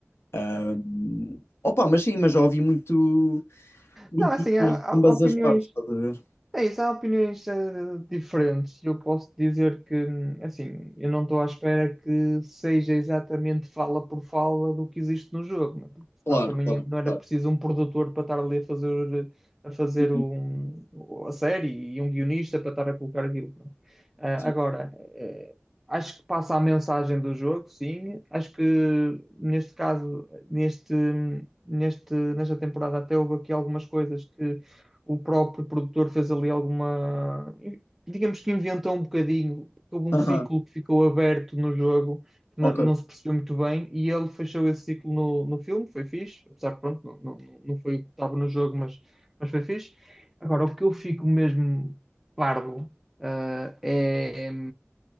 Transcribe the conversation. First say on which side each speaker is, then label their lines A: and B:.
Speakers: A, on the left; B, in the centre.
A: Ah,
B: Yeah.
A: opa, mas sim, mas já ouvi muito crítica
B: Não, assim, há,
A: de ambas
B: há opiniões.
A: as partes, estás a ver?
B: É isso, há opiniões eh, diferentes. Eu posso dizer que, assim, eu não estou à espera que seja exatamente fala por fala do que existe no jogo, né? Porque
A: Claro,
B: senão também
A: claro,
B: não era
A: claro.
B: preciso um produtor para estar ali a fazer, a fazer
A: Sim,
B: um- a série e um guionista para estar a colocar aquilo. pronto. Ah,
A: sim.
B: agora, eh, acho que passa a mensagem do jogo, sim. Acho que neste caso, neste, neste, nesta temporada até houve aqui algumas coisas que o próprio produtor fez ali alguma. Digamos que inventou um bocadinho, houve um
A: Aham,
B: ciclo que ficou aberto no jogo, que
A: ok,
B: não, não se percebeu muito bem, e ele fechou esse ciclo no, no filme, foi fixe, apesar que pronto, não, não, não foi o que estava no jogo, mas, mas foi fixe. Agora, o que eu fico mesmo parvo ah, é, é